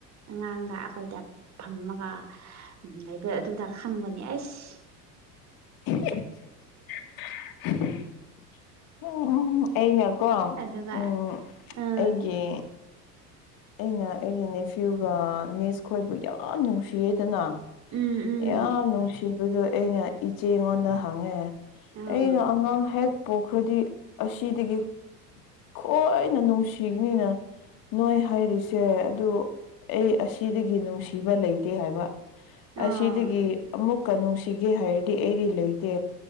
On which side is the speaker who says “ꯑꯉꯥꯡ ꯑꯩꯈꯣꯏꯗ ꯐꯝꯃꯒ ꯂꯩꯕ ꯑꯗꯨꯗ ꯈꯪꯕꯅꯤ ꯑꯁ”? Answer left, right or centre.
Right